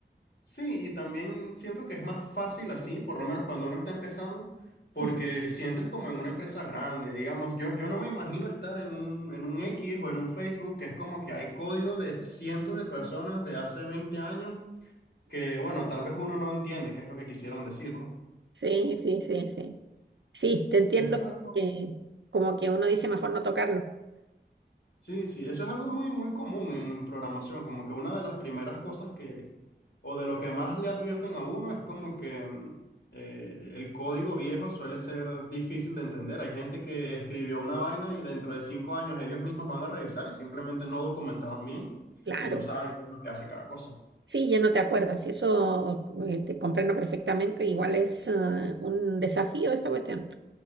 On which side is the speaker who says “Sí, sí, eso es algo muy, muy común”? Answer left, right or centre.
Left